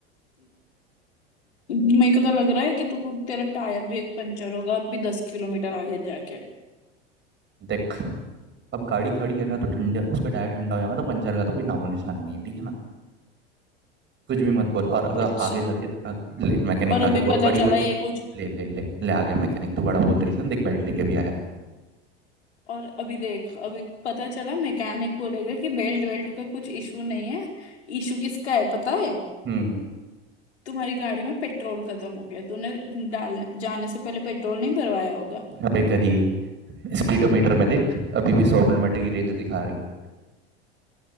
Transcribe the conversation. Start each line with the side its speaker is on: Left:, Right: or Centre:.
Left: मेरे को तो लग रहा है कि तू तेरा टायर भी एक पंचर होगा अभी दस किलोमीटर आगे जाके
Right: देख अब गाड़ी खड़ी है ना तो ठंडा उसका टायर ठंडा हो जाएगा तो पंचर का तो कोई नामो निशान नहीं है ठीक है ना कुछ भी मत बोल और अगर
Left: अच्छा
Right: आगे जाके आ, ले मैकेनिक
Left: और अभी
Right: आ गया ब-
Left: पता
Right: बड़ी बोल
Left: चला ये कुछ
Right: ले ले ले ले आ गया मैकेनिक तू बड़ा बोल रीजन देख बेल्ट लेके भी आया है।
Left: और अभी देख अभी पता चला मैकेनिक बोलेगा कि बेल्ट वेल्ट का कुछ इशू नहीं है इशू किसका है पता है
Right: हम्म
Left: तुम्हारी गाड़ी में पेट्रोल खत्म हो गया तूने डालने जाने से पहले पेट्रोल नहीं भरवाया होगा
Right: अबे गधी स्पीडोमीटर में देख अभी भी सौ किलोमीटर की रेंज दिखा रही है